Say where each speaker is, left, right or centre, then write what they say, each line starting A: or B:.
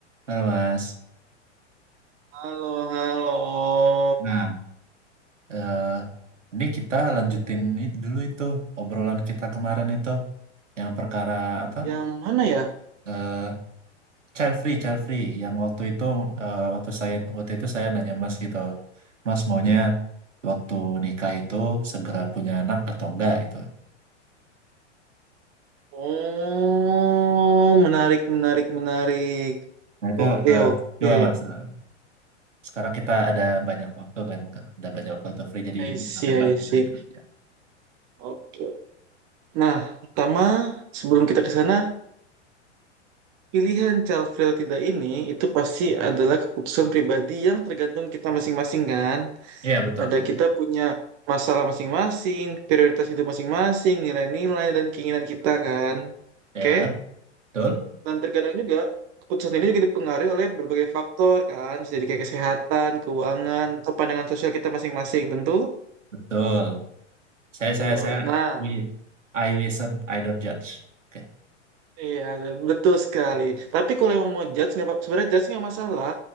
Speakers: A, on the right (about 85°); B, on the right (about 40°).
A: Halo Mas.
B: Halo, halo.
A: Nah, eh, ini kita lanjutin i- dulu itu obrolan kita kemarin itu yang perkara apa?
B: Yang mana ya?
A: Eh, child free, child free yang waktu itu eh, waktu saya waktu itu saya nanya Mas gitu. Mas maunya waktu nikah itu segera punya anak atau enggak gitu.
B: Oh, menarik, menarik, menarik.
A: Nah, itu
B: Oke,
A: eh,
B: oke.
A: coba Mas. eh, Sekarang kita ada banyak waktu kan, ada banyak waktu free jadi
B: I see,
A: bisa bebas
B: I see.
A: gitu diskusinya.
B: Oke. Nah, pertama sebelum kita ke sana, pilihan child free atau tidak ini itu pasti adalah keputusan pribadi yang tergantung kita masing-masing kan.
A: Iya, betul.
B: Ada kita punya masalah masing-masing, prioritas hidup masing-masing, nilai-nilai dan keinginan kita kan.
A: Ya,
B: Oke?
A: betul.
B: Dan terkadang juga keputusan ini juga dipengaruhi oleh berbagai faktor kan, jadi kayak kesehatan, keuangan, atau pandangan sosial kita masing-masing tentu.
A: Betul. Saya
B: Eh,
A: saya saya
B: Nah,
A: ini I listen, I don't judge. Oke.
B: iya betul sekali. Tapi kalau emang mau judge, nggak apa- sebenarnya judge nggak masalah.